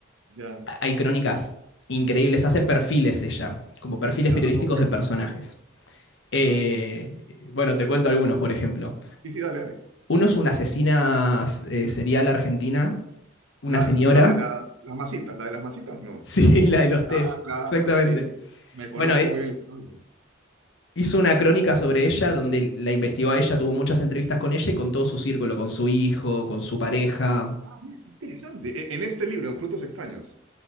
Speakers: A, on the right; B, on the left.
A: ya,
B: Hay crónicas increíbles, hace perfiles ella, como perfiles
A: ya,
B: periodísticos
A: ok.
B: de personajes.
A: Ajá.
B: Eh, bueno, te cuento algunos, por ejemplo.
A: Sí, sí, dale, dale.
B: Uno es una asesina eh, serial argentina, una
A: La,
B: señora.
A: la de la-
B: <laughs>
A: las masitas, la de las masitas, no.
B: Sí, la de los test,
A: Ah, claro,
B: exactamente.
A: sí, sí. Me conozco
B: Bueno, eh,
A: muy bien la historia.
B: hizo una crónica sobre ella donde la investigó a ella, tuvo muchas entrevistas con ella y con todo su círculo, con su hijo, con su pareja.
A: Ah, mira, qué interesante. E- En este libro, en Frutos Extraños.